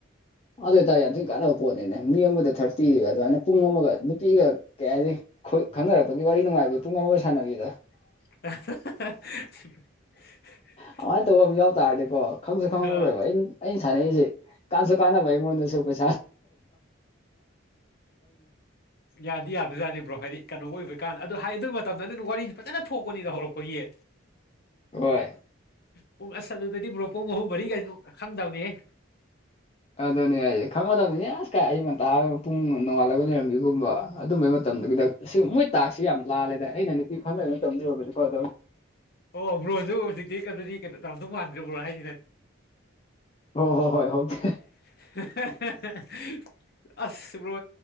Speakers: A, on the left (about 30°); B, on the left (about 50°).
A: <unintelligible> ꯑꯗꯨ ꯑꯣꯏꯇꯥꯔ ꯌꯥꯝ ꯊꯤꯅ ꯀꯥꯟꯅꯕ ꯄꯣꯠꯅꯤꯅꯦ ꯃꯤ ꯑꯃꯗ ꯊꯥꯔꯇꯤꯒ ꯑꯗꯨꯃꯥꯏꯅ ꯄꯨꯡ ꯑꯃꯒ ꯅꯨꯄꯤꯒ ꯀꯌꯥ ꯍꯥꯏꯗꯤ ꯈꯪꯅꯔꯛꯄꯒꯤ ꯋꯥꯔꯤ ꯅꯨꯡꯉꯥꯏꯕꯤ ꯄꯨꯡ ꯑꯃꯒ ꯁꯥꯟꯅꯕꯤꯦꯗ
B: <inaudible> <unintelligible>
A: ꯑꯗꯨꯃꯥꯏꯅ ꯇꯧꯕ ꯑꯃ ꯌꯥꯎ ꯇꯥꯔꯗꯤꯀꯣ ꯈꯪꯁꯨ ꯈꯪꯍꯧꯔꯦꯕ
B: ꯑ,
A: ꯑꯩꯅ ꯑꯩꯅ ꯁꯥꯟꯅꯔꯤꯁꯦ ꯀꯅ ꯥꯏ ꯃꯣꯏꯅ ꯁ ꯄꯩ
B: ꯌꯥꯗꯤ ꯌꯥꯕꯖꯥꯅꯤꯕ꯭ꯔꯣ ꯍꯥꯏꯗꯤ ꯀꯩꯅꯣ ꯑꯣꯏꯕ ꯀꯥꯟꯗ ꯑꯗꯨꯗ ꯍꯥꯏ ꯑꯗꯨ ꯇ ꯃꯇꯝꯗꯅ ꯋꯥꯔꯤꯁꯤ ꯐꯖꯅ ꯊꯣꯛꯄꯅꯤꯗ ꯍꯧꯔꯛꯄꯒꯤꯌꯦ
A: ꯍꯣꯏ
B: ꯄꯨꯡ ꯑꯁ ꯑꯗꯨꯗꯗꯤ ꯃ꯭ꯔꯣ ꯄꯨꯡ ꯑꯍꯨꯝ ꯃꯔꯤꯒꯥꯏꯁꯨ ꯈꯪꯗꯕꯅꯦꯍꯦ
A: ꯑꯗꯨꯅꯦ ꯑꯩ ꯈꯪꯕꯗꯕꯅꯤꯅꯦ ꯑꯁ ꯀꯥꯏ ꯑꯩ ꯉꯟꯇꯥ ꯄꯨꯡ ꯅꯣꯡꯉꯥꯜꯂꯒ ꯂꯩꯔꯝꯕꯤꯒꯨꯝꯕ ꯑꯗꯨꯝꯕꯒꯤ ꯃꯇꯝꯗꯨꯒꯤꯗ ꯁꯤ ꯃꯣꯏ ꯇꯥꯛꯁꯤ ꯌꯥꯝ ꯂꯥꯜꯂꯦꯗ ꯑꯩꯅ ꯅꯨꯄꯤ ꯈꯔꯃꯩ ꯃꯇꯝꯗꯨ ꯑꯣꯏꯕꯗꯀꯣ ꯑꯗꯨꯝ
B: ꯑꯣ ꯕ꯭ꯔꯣꯖꯁꯨ ꯍꯧꯖꯤꯛꯇꯤꯩꯅꯗꯤ ꯇꯝꯗꯧ ꯃꯥꯟꯗ꯭ꯔꯦꯕ꯭ꯔꯣ ꯍꯥꯏꯦ
A: ꯑꯣ ꯍꯣ ꯍꯣꯏ ꯍꯀꯦ
B: <unintelligible> <inaudible> ꯑꯁ ꯕ꯭ꯔꯣ